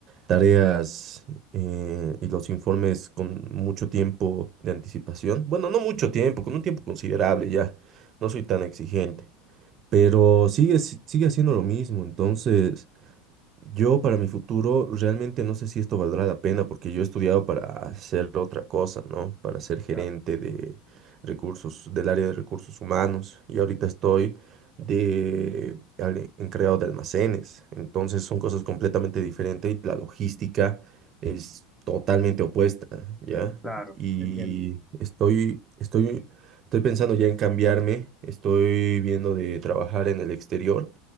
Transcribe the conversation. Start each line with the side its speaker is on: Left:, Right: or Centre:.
Right: tareas eh, y los informes con mucho tiempo de anticipación. Bueno, no mucho tiempo, con un tiempo considerable ya. No soy tan exigente, pero sigue, si- sigue haciendo lo mismo. Entonces, yo para mi futuro realmente no sé si esto valdrá la pena porque yo he estudiado para hacer otra cosa, ¿no? Para ser gerente
Centre: Ya,
Right: de recursos, del área de recursos humanos y ahorita estoy de al- en creado de almacenes. Entonces son cosas completamente diferentes y la logística es totalmente opuesta, ¿ya?
Centre: claro,
Right: Y
Centre: te entiendo.
Right: estoy, estoy, estoy pensando ya en cambiarme, estoy viendo de trabajar en el exterior